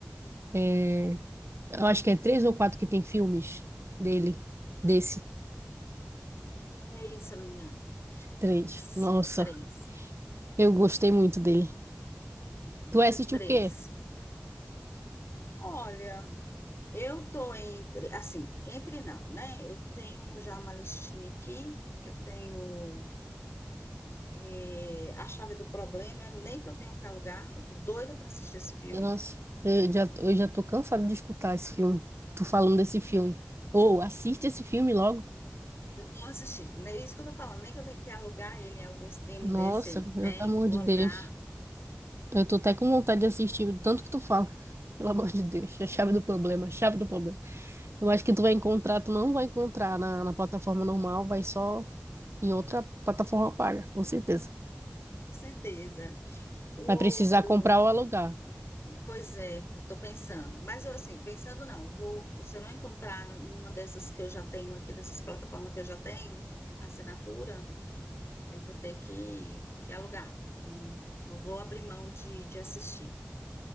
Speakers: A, on the right; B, on the left.
A: É, eu acho que é três ou quatro que tem filmes dele, desse.
B: Três, se eu não me engano. Acho que é três.
A: Três. Nossa,
B: Três.
A: eu gostei muito dele.
B: Assisti
A: Tu vai assistir
B: os três.
A: o quê?
B: Olha. Eu tô entre, assim, entre não, né? Eu tenho já uma listinha aqui, eu tenho eh, A Chave do Problema, nem que eu tenho que alugar, eu tô doida para assistir esse filme.
A: Nossa, eu já, eu já tô cansada de escutar esse filme. Tu falando desse filme. Ou assiste esse filme logo.
B: Eu Vou assistir, não é isso que eu tô falando, nem que eu tenho que alugar ele em algum stream
A: Nossa,
B: desse aí
A: pelo
B: que tem,
A: amor
B: vou
A: de
B: alugar.
A: Deus. Eu tô até com vontade de assistir, de tanto que tu fala. <laughs> Pelo amor de Deus, a chave do problema, a chave do problema. Eu acho que tu vai encontrar, tu não vai encontrar na, na plataforma normal, vai só em outra plataforma paga, com certeza.
B: Com certeza. Um
A: Vai
B: outro,
A: precisar comprar ou alugar.
B: pois é, estou pensando, mas eu assim, pensando não, vou, se eu não encontrar numa dessas que eu já tenho aqui, dessas plataformas que eu já tenho, assinatura, Eu vou ter que, que alugar. Não, não vou abrir mão de, de assistir.